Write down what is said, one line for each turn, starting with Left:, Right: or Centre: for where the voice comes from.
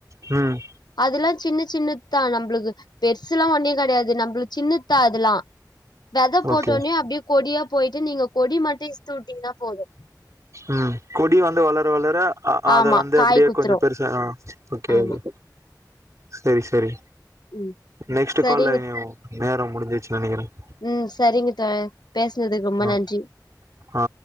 Right: ம்
Left: அதுல்லா சின்ன சின்னத்தான் நம்பளுக்கு பெருசுலாம் ஒண்ணே கெடையாது நம்பளுக்கு சின்னத்தா அதுல்லா வெத போட்டோன்னே
Right: ஓகே
Left: அப்டியே கொடியா போயிட்டு நீங்க கொடி மட்டும் இசுத்து விட்டீங்கன்னா போதும்
Right: ம் கொடி வந்து வளர வளர அ அத
Left: ஆமா
Right: வந்து
Left: காய்
Right: அப்டியே
Left: குத்துரு
Right: கொஞ்சம் பெருசா ஆ ஓகே
Left: ஆமா
Right: ஓகே செரி செரி
Left: ம்
Right: நெக்ஸ்ட்டு
Left: சரிங்க
Right: கால்ல இனைவோம் நேரம் முடிஞ்சிச்சி நெனக்கிறன் ஆ
Left: ம் செரிங்க தோழர் பேசனதுக்கு ரொம்ப
Right: ஆ
Left: நன்றி
Right: ஆ